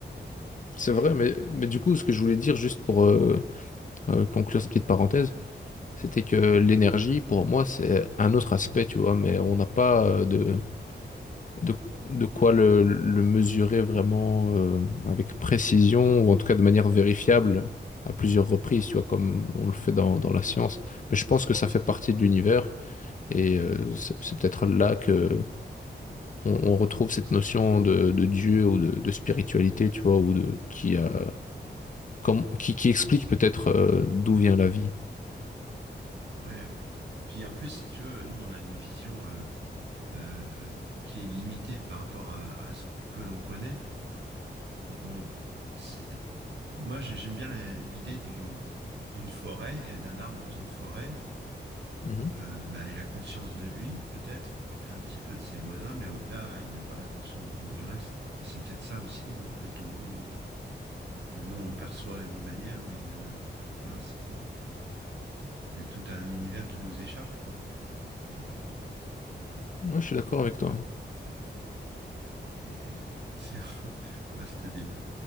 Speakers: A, on the right (about 75°); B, on the left (about 45°).
A: Et
B: C'est vrai,
A: euh,
B: mais, mais du coup, ce que je voulais dire juste pour euh, euh, conclure cette petite parenthèse, c'était que l'énergie, pour moi, c'est un autre aspect, tu vois, mais on n'a pas euh, de, de, de quoi le, le mesurer vraiment euh, avec précision ou en tout cas de manière vérifiable à plusieurs reprises, tu vois, comme on le fait dans, dans la science. Mais je pense que ça fait partie de l'univers et euh, c'est c'est peut-être là que on, on retrouve cette notion de, de Dieu ou de, de spiritualité, tu vois, ou de qui a, comme, qui, qui explique peut-être euh, d'où vient la vie.
A: ouais, peut-être. Puis en plus, si tu veux, nous, on a une vision euh, euh, qui est limitée par rapport à, à ce que l'on connaît. Donc, on, c'est- moi, j'ai- j'aime bien la- l'idée du, d'une forêt, et d'un arbre dans une forêt.
B: Mhm.
A: Euh, bah, il a conscience de lui, peut-être, et un petit peu de ses voisins, mais au-delà, il n'a pas la conscience de- du reste. Et c'est peut-être ça aussi, euh, peut-être le monde, euh, nous, on perçoit d'une manière, mais euh, voilà, c'est. il y a tout un univers qui nous échappe, quoi. Et, euh,
B: Ouais, je suis d'accord avec toi.
A: et c'est un <laughs> vaste débat.